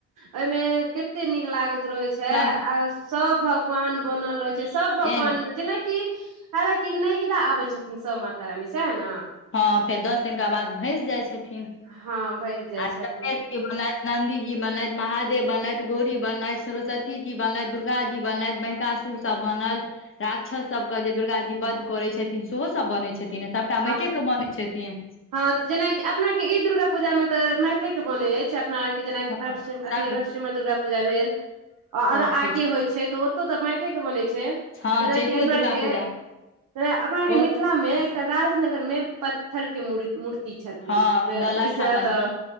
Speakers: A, on the right (about 70°); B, on the left (about 40°).
A: ओई मे केते नीक लागत रह छै
B: सब
A: आ सब भगवान बनल रहय छै सब
B: एहन
A: भगवान जेनाकि हालांकि नैहरा आबै छथिन सब माता रानी सएह न
B: हँ फेर दस दिनका बाद भइस जाइ छथिन
A: हँ भैस जाइ
B: आ
A: छथिन।
B: गणेश बनलथि नन्दी जी बनलथि महादेव बनलथि गौरी बनलथि सरस्वती जी बनलथि दुर्गा जी बनलथि महि सा सुर सब बनल राक्षस सब क जे दुर्गा जी वध करे छथिन सेहो सब बनै छै छथि सबटा मैटे
A: आ
B: के बनै छथिन
A: हँ जेनाकि अपना के ई दुर्गा पूजा मे तऽ मैटे के बने अछि अपना जेनाकि
B: हँ
A: भटसिम अथी
B: सब
A: भटसिमर दुर्गा पूजा भेल आ
B: सबकिछ
A: आर आगे होइ छै तऽ ओ ओतऽ तऽ मैटे के बनै छै
B: हँ
A: आ जेनाकि
B: चैतियो
A: अपना
B: दुर्गा
A: आर के
B: पूजा
A: अपना आर के
B: ओ
A: मिथिला मे तऽ राजनगर मे पत्थर के म मूर्ति छथिन
B: हँ
A: विष
B: नौलक्खा
A: अत
B: मंदिर